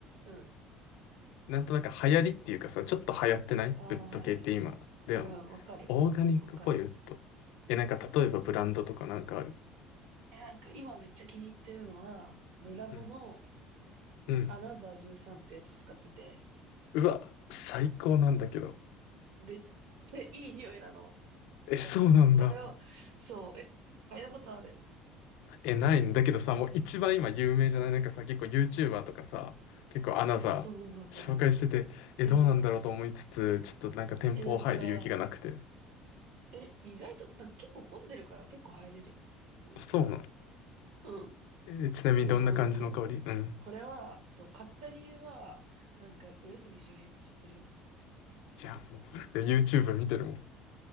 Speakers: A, on the right; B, on the left.
A: うん。
B: なんとなく流行りっていうかさ、ちょっと流行ってないウッド系って今。
A: ああ、はいはいはい。
B: だよね。
A: うん、わかる。
B: オーガニックっぽいウッド。
A: わかる。
B: え、なんか例えばブランドとかなんかある
A: そう。え、なんか今めっちゃ気に入ってるのは、ルラボの
B: うん。うん
A: アナザー13ってやつ使ってて、
B: うわ、最高なんだけど。
A: めっちゃいい匂いなの。
B: え、そうなんだ。
A: なんか、これを、そう、え、嗅いだことある
B: え、ないんだけどさ、もう一番今有名じゃないなんかさ、結構 YouTuber とかさ、結構アナザー紹介してて、
A: うん、そうそうそうそう。
B: え、
A: え、
B: どうなんだろうと思いつつ、
A: そ
B: ちょっとなんか店舗入る勇気がなくて。
A: う。え、なんか、え、意外と、なんか結構混んでるから結構入れるよ。普通に。
B: あそうなの。
A: うん。
B: えーちなみにどんな感じの香りうん。
A: え、でもなんか、これは、そう、買った理由は、なんか、上杉周平って知ってる
B: いや、もう、いや YouTube 見てるもん。